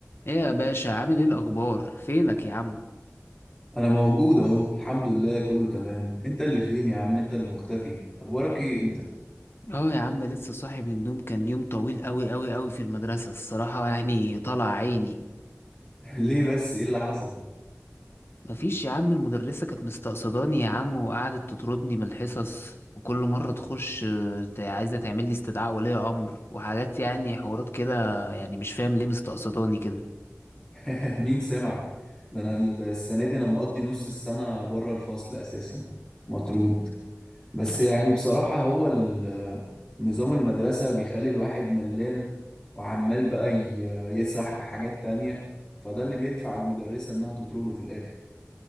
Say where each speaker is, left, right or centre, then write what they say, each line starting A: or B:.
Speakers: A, on the left; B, on the left.
A: ايه يا باشا عامل ايه الاخبار فينك يا عم
B: انا موجود اهو الحمد لله كله تمام انت اللي فين يا عم انت اللي مختفي اخبارك ايه انت
A: اه يا عم لسه صاحي من النوم كان يوم طويل قوي قوي قوي في المدرسة الصراحة يعني طلع عيني
B: <laughs> ليه بس ايه اللي حصل
A: مفيش يا عم المدرسة كانت مستقصداني يا عم وقعدت تطردني من الحصص وكل مرة تخش آه، ت- عايزة تعمل لي استدعاء ولي امر وحاجات يعني حوارات كده يعني مش فاهم ليه مستقصداني كده
B: <laughs> مين سمعك ده انا السنه دي انا مقضي نص السنه بره الفصل اساسا مطرود بس يعني بصراحه هو ال- نظام المدرسه بيخلي الواحد ملان وعمال بقى ي- يسرح في حاجات تانية فده اللي بيدفع المدرسه انها تطرده في الاخر